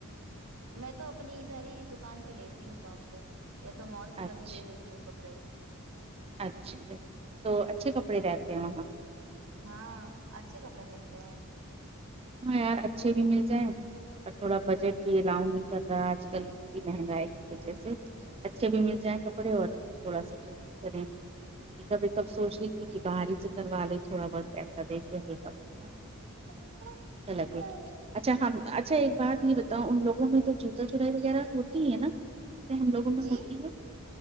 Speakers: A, on the right; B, on the right.
A: میں تو اپنی ادھر ہی دکان سے لیتی ہوں ساپ پے یا تو مال سے
B: اچھا
A: کبھی لے لیتی ہوں کپڑے
B: اچھا تو اچھے کپڑے رہتے ہیں وہاں
A: ہاں اچھے کپڑے ملتے ہیں
B: ہاں یار اچھے بھی مل جائیں اور تھوڑا بجٹ راؤنڈ کر رہا ہے آج کل مہنگائی کی وجہ
A: ہ
B: سے اچھے بھی مل جائیں کپڑے اور تھوڑا سا بھی کریں میکاپ ویکاپ سوچ رہی تھی کی باہرری ہی سے کروا لے تھوڑا بہت پیسہ دے کے ہلکا اچھا
A: <unintelligible>
B: لگے اچھا ہم اچھا ایک بات یے بتاؤں ان لوگوں میں تو جوتا چورائی وغیرہ ہوتی ہے نا ہم لوگوں میں
A: جی
B: ہوتی ہے